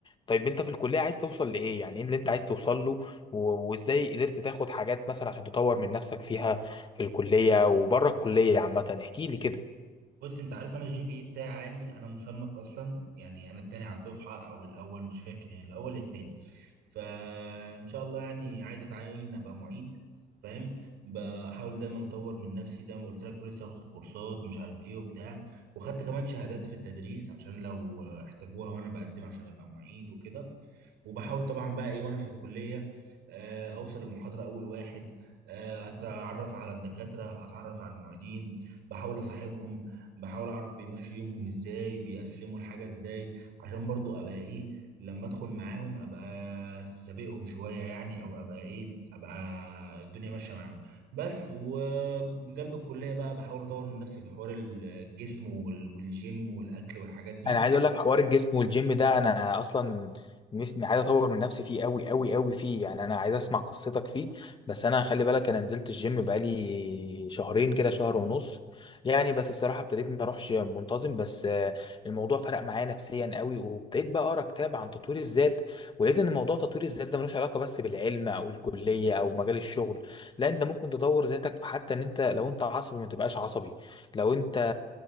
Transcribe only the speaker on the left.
طيب انت في الكليه عايز توصل لايه يعني ايه اللي انت عايز توصل له و- وازاي قدرت تاخد حاجات مثلا عشان تطور من نفسك فيها في الكليه وبره الكليه عامه احكي لي كده
انا عايز اقول لك حوار الجسم والجيم ده انا اصلا نفسي عايز اطور من نفسي فيه قوي قوي قوي فيه يعني انا عايز اسمع قصتك فيه بس انا خلي بالك انا نزلت الجيم بقالي شهرين كده شهر ونص يعني بس الصراحه ابتديت ما اروحش منتظم بس آه، الموضوع فرق معايا نفسيا قوي وابتديت بقى اقرا كتاب عن تطوير الذات ولقيت ان موضوع تطوير الذات ده ملوش علاقه بس بالعلم او الكليه او مجال الشغل لا انت ممكن تطور ذاتك في حتى ان انت لو انت عصبي ما تبقاش عصبي لو انت